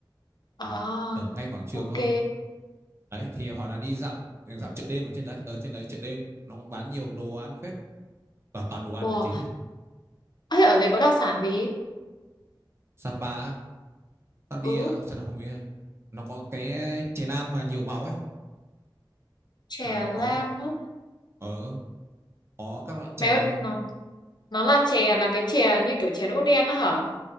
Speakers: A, on the left (about 60°); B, on the right (about 30°).
A: à
B: ở ngay quảng trường
A: ok
B: thôi đấy thì à, hoặc là đi dạo dạo chợ đêm ở trên đấy ở trên đấy chợ đêm nó cũng bán nhiều đồ ăn phết và toàn đồ ăn
A: wow
B: là chính à
A: ấy ở đấy có đặc sản gì
B: Sapa á, tao đi
A: ừ
B: ờ, xem nào không biết nó có cái chè nam mà nhiều màu ấy
A: chè
B: à, có
A: lam á.
B: ở có các loại chè
A: mẹ ơi nó nó là chè là cái chè như kiểu chè đỗ đen á hả